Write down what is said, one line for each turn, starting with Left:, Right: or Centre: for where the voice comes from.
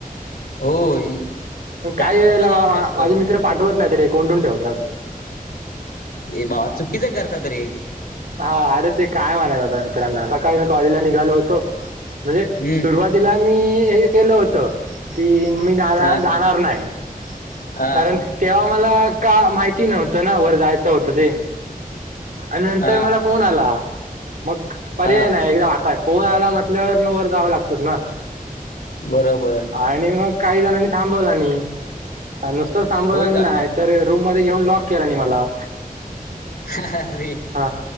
Left: होय
Right: पण
Left: त्यामुळे
Right: काही वेळेला
Left: तुला जावंच
Right: मला
Left: लागतं
Right: माझे मित्र पाठवत नाही ते कोंडून ठेवतात.
Left: ए भावा चुकीचं करता रे.
Right: हा अरे ते काय म्हणा आता मित्रांना सकाळी मी कॉलेजला निघालो होतो म्हणजे
Left: हम्म
Right: सुरुवात तिला मी हे केलं होत की मी जा
Left: हा
Right: जाणार नाही.
Left: हा
Right: कारण तेव्हा मला का माहिती नव्हतं ना वर जायचं होतं ते आणि नंतर
Left: हा
Right: मला. फोन आला, मग पर्याय
Left: हा
Right: नाही एकदा आताय फोन आला म्हटल्यावर मग वर जावं लागतच ना.
Left: बरोबर.
Right: आणि मग काही जणांनी थांबवला नाही नुसतंच थांबवलं
Left: होय
Right: आणि
Left: काय
Right: नाहीत. तर रूम मध्ये घेऊन लॉक केला नाही मला.
Left: ह ह.
Right: हा